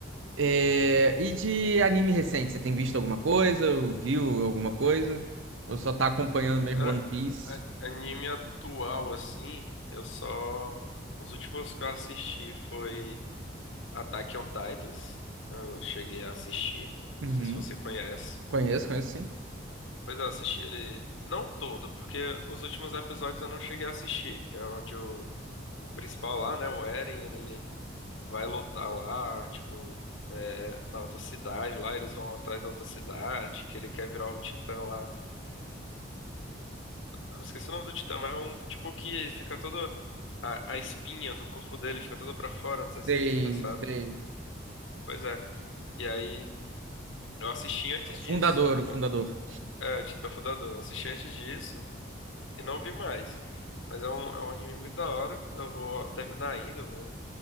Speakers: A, on the right; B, on the left.
A: É, E de anime recente, você tem visto alguma coisa? Ou Viu alguma coisa? Ou só tá acompanhando mesmo
B: Cara,
A: One Piece?
B: a- a- anime atual, assim, eu só. Os últimos que eu assisti foi Attack on Titans. Eu cheguei a assistir.
A: Uhum.
B: Não sei se você conhece.
A: Conheço, conheço sim.
B: Pois é, eu assisti ele. Não todo, porque os últimos episódios eu não cheguei a assistir, que é onde o, o principal lá, né, o Eren, ele vai lutar lá, tipo, é, na outra cidade lá, eles vão atrás da outra cidade, que ele quer virar o Titã lá. Eu me esqueci o nome do Titã, mas é um tipo que fica todo. A, a espinha do corpo dele fica toda pra fora, não sei
A: Sei,
B: se você sabe.
A: sei.
B: Pois é. E aí, eu assisti antes
A: O fundador,
B: disso.
A: o
B: Quando-
A: fundador.
B: É, o Titã Fundador. Eu assisti antes disso. e não vi mais. Mas é um, é um anime muito da hora. Eu vou terminar ainda, eu vou